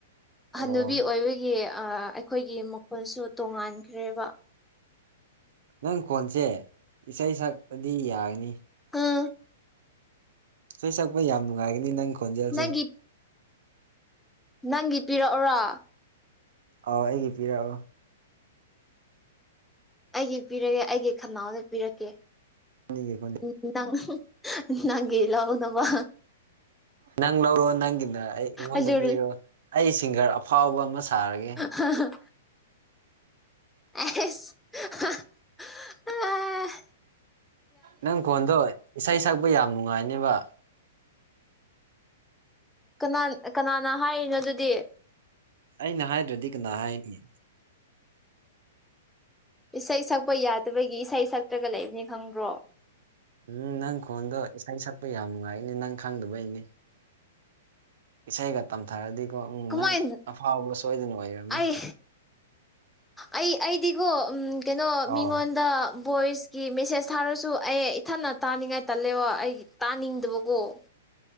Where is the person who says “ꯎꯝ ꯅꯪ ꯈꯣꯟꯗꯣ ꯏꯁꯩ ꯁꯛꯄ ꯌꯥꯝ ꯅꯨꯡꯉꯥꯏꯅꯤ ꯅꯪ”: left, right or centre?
Right